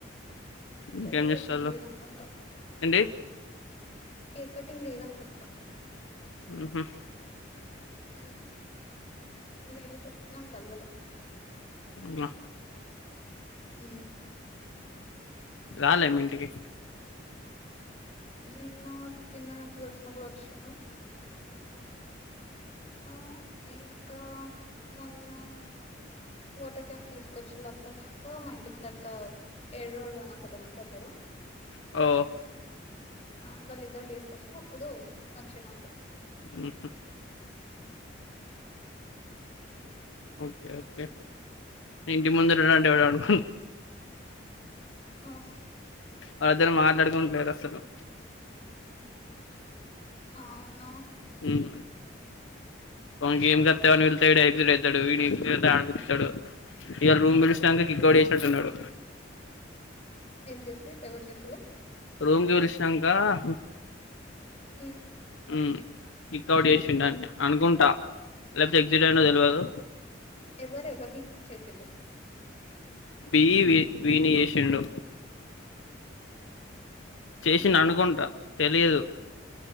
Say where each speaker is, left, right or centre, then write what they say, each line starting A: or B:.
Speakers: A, on the left; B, on the left.
A: ఇంకేం
B: సెలబ్రేషన్
A: చేస్తాలో
B: లేదనుకుంటా
A: అండి
B: కేక్ కటింగ్ లేదన్కుంటా
A: ఆహా
B: ఉ లేదు నన్ కల్వలే
A: అవునా
B: ఉ
A: రానులే మీ ఇంటికి
B: నిన్న తినడానికి పిలిసినప్పుడు వచ్చిండు అ ఇంకా మొన్న వాటర్ క్యాన్స్ తీసుకొచ్చిళ్లా అత్తమ్మ ఇంకా మా ఇంటి ముందత్త ఎర్రోడు అని ఒకతను ఉంటాడు కదా
A: ఓ
B: ఆ వాళ్ళిద్దరు తీసుకొచ్చి అప్పుడు వచ్చిండంతె
A: ఉహు
B: ఉ <inaudible>
A: ఓకే ఓకే ఇంటి ముందు రండి అంటే ఎవడ అనుకున
B: ఆఫ్
A: వాళ్ళద్దరు మాట్లాడుకొని పోయిరీ అసలు
B: అవును
A: ఉమ్ కొం గేమ్ కడా అని వెళ్తా ఎక్జడ్ అవుతడు వీడు ఇంతేనా అనుకుంటాడు ఇక రూమ్ పిలిసినాక కిక్అవుట్ చేసినట్టున్నాడు
B: ఏం చేసి ఎవరు చేసిల్లు
A: రూమ్ తుడిచినంక ఉ
B: హ్మ్
A: ఉ కిక్ అవుట్ చేసిండి అనుకుంటా లేకపోతే ఎక్సిటో అయ్యుండో తెల్వదు
B: ఎవరు ఎవర్ని క్లిక్ చేసిండు కిక్ చేసిలు
A: బిఈవి వీని చేసిండు చేసిండనుకుంటా
B: ఎందుకో
A: తెలియదు